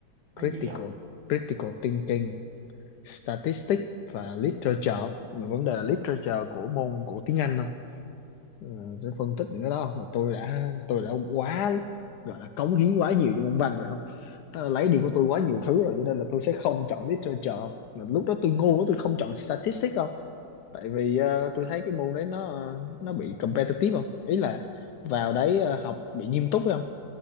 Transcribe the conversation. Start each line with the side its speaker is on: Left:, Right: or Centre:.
Right: là
Left: critical
Right: gì không
Left: critical thinking statistics và literature mà vấn đề là literature của môn của tiếng Anh không Ờ, sẽ phân tích những cái đó không mà tôi đã tôi đã quá gọi là cống hiến quá nhiều cho môn văn rồi không Tức là lấy đi của tôi quá nhiều thứ rồi cho nên là tôi sẽ không chọn literature mà lúc đó tôi ngu quá tôi không chọn statistics tại vì ờ, tôi thấy cái môn đấy nó nó bị competitive không ý là vào đấy ờ, học bị nghiêm túc phải không